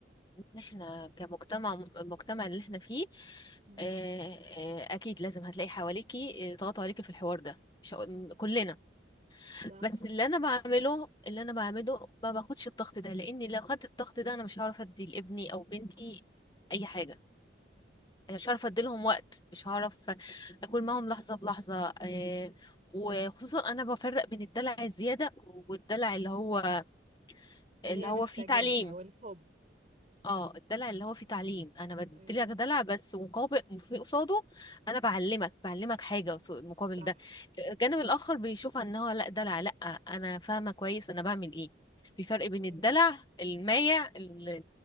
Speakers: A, on the left; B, on the right.
A: ان احنا كمجتمع المجتمع اللي احنا فيه
B: مم.
A: آه، آه، اكيد لازم هتلاقي حواليكي آه، ضغط عليكي في الحوار ده مش هقول- كلنا
B: صح
A: بس اللي انا بعمله اللي انا بعمله ما باخدش الضغط ده لاني لو خدت الضغط ده انا مش هعرف ادي لابني او بنتي اي حاجه مش هعرف اديلهم وقت مش هعرف اكون معاهم لحظه بلحظه آه، وخصوصا انا بفرق بين الدلع الزياده والدلع اللي هو
B: اللي
A: اللي
B: هي
A: هو
B: محتاجاه
A: فيه تعليم
B: او الحب
A: اه الدلع اللي هو فيه تعليم انا بديلك
B: ايوه
A: دلع بس مقابل في قصاده انا بعلمك بعلمك حاجه في المقابل
B: صح
A: ده الجانب الاخر بيشوفها ان هو لا دلع لا انا فاهمه كويس انا بعمل ايه في فرق بين
B: ايوه
A: الدلع المايع اللي